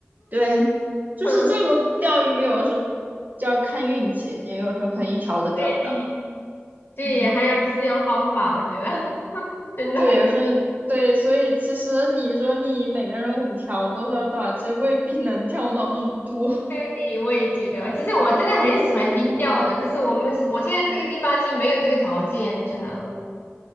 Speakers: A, on the right; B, on the left.
A: 对，就是这个钓鱼有的时候
B: <laughs> 嗯，
A: 就要看运气，你有时候可能一条都钓不到。
B: 对对，
A: 嗯，
B: 还有就是要方法，我觉得 <laughs> 真的。
A: 对，有时候对，所以其实你说你每个人五条多少多少，其实未必能钓到那么多。
B: 对，
A: <laughs>
B: 我也觉得，其实我真的很喜欢冰钓的，就是我们我现在这个地方是没有这个条件，真的，